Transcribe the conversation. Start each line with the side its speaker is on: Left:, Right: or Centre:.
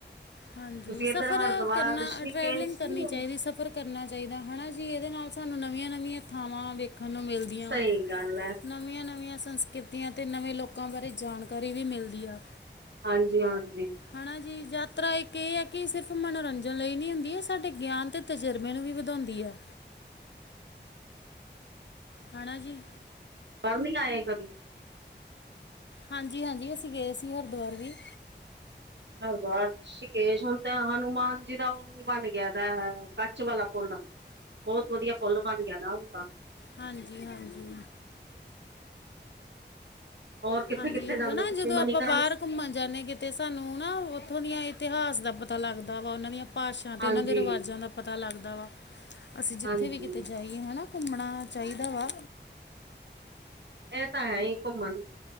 Left: ਹਾਂਜੀ
Right: ਤੁਸੀਂ
Left: ਸਫ਼ਰ
Right: ਇੱਧਰ ਹਰਿਦੁਆਰ
Left: ਕਰਨਾ,
Right: ਰਿਸ਼ੀਕੇਸ਼
Left: ਟਰੈਵਲਿੰਗ ਕਰਨੀ
Right: ਨੀ ਗਏ
Left: ਚਾਹੀਦੀ ਸਫ਼ਰ। ਕਰਨਾ ਚਾਹੀਦਾ ਹਨਾ ਜੀ ਇਹਦੇ ਨਾਲ ਸਾਨੂੰ ਨਵੀਆਂ -ਨਵੀਆਂ ਥਾਵਾਂ ਵੇਖਣ ਨੂੰ ਮਿਲਦੀ ਵਾ
Right: ਸਹੀ ਗੱਲ ਹੈ
Left: ਨਵੀਆਂ- ਨਵੀਆਂ ਸੰਸਕ੍ਰਿਤੀਆਂ ਕੀਤੀਆਂ ਅਤੇ ਨਵੇਂ ਲੋਕਾਂ ਬਾਰੇ ਜਾਣਕਾਰੀ ਵੀ ਮਿਲਦੀ ਆ।
Right: ਹਾਂਜੀ-ਹਾਂਜੀ।
Left: ਹਨਾ ਜੀ। ਯਾਤਰਾ ਇੱਕ ਇਹ ਹੈ ਕਿ, ਸਿਰਫ ਮਨੋਰੰਜਨ ਲਈ ਨਹੀਂ ਹੁੰਦੀ ਹੈ ਸਾਡੇ ਗਿਆਨ ਤੇ। ਤਰਜਬੇ ਨੂੰ ਵੀ ਵਧਾਉਂਦੀ ਆ। ਹੈਨਾ ਜੀ
Right: ਪੜ੍ਹ ਨ ਆਏ ਕਦੇ
Left: ਹਾਂਜੀ-ਹਾਂਜੀ ਅਸੀਂ ਗਏ ਸੀ ਹਰਿਦੁਵਰ ਵੀ
Right: ਹਰਿਦੁਵਰ, ਰਿਸ਼ੀਕੇਸ਼ ਹੁਣ ਤਾਂ ਹਨੂੰਮਾਨ ਜੀ ਦਾ। ਉਹ ਬਣ ਗਿਆ ਦਾ ਕੱਚ ਵਾਲਾ ਫੁੱਲ ਬਹੁਤ ਵਧੀਆ ਪੁੱਲ ਬਣ ਗਿਆ ਨਾ ਉਹ ਤਾਂ।
Left: ਹਾਂਜੀ-ਹਾਂਜੀ।
Right: ਹੋਰ ਕਿੱਥੇ
Left: ਹਾਂਜੀ।
Right: ਕਿੱਥੇ ਜਾਂਦੇ
Left: ਨਾ
Right: ਤੁਸੀਂ
Left: ਜਦੋਂ ਆਪਾਂ
Right: ਮਨੀਕਰਨ
Left: ਬਾਹਰ ਘੁੰਮਣ ਜਾਂਦੇ ਕਿਤੇ ਤੇ ਸਾਨੂੰ ਨਾ ਉੱਥੋਂ ਦੀਆਂ ਇਤਿਹਾਸ ਦਾ ਪਤਾ ਲੱਗਦਾ ਵਾ ਉਹਨਾਂ ਦੀਆਂ ਭਾਸ਼ਾ ਤੇ
Right: ਹਾਂਜੀ
Left: ਉਹਨਾਂ ਦੇ ਰਿਵਾਜਾਂ ਦਾ ਪਤਾ ਲੱਗਦਾ ਵਾ ਅਸੀਂ ਜਿੱਥੇ
Right: ਹਾਂਜੀ
Left: ਵੀ ਕਿਤੇ ਜਾਈ ਹਨਾ ਘੁੰਮਣਾ ਚਾਹੀਦਾ ਵਾ
Right: ਇਹ ਤਾਂ ਹੈ ਹੀ ਘੁੰਮਣ